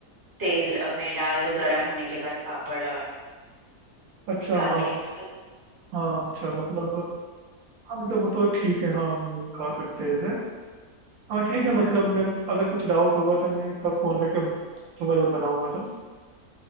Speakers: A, on the right (about 15°); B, on the right (about 70°).
A: तेल में डाल दो गरम होने के बाद पापड़ और
B: अच्छा
A: निकाल
B: हाँ
A: के खा लो
B: हाँ अच्छा मतलब हाँ मतलब वो तो ठीक है हाँ वो खा सकते हैं ऐसे हाँ ठीक है मतलब
A: हाँ
B: मैं अगर कुछ डाउट होगा तो मैं तब फ़ोन करके पूछूंगा जब बनाऊंगा तो